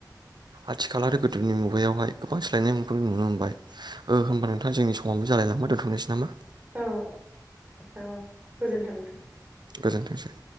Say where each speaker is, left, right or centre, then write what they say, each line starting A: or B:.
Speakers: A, on the right (about 80°); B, on the right (about 25°).
A: आथिखाल आरो गोदोनि मुगायावहाय गोबां सोलायनायफोरखौ नुनो मोनबाय ओ होमबा नोंथां जोंनि समावनो जालाय नङा दोनथनोसै नामा।
B: औ औ गोजोन्थों
A: गोजोन्थोंसै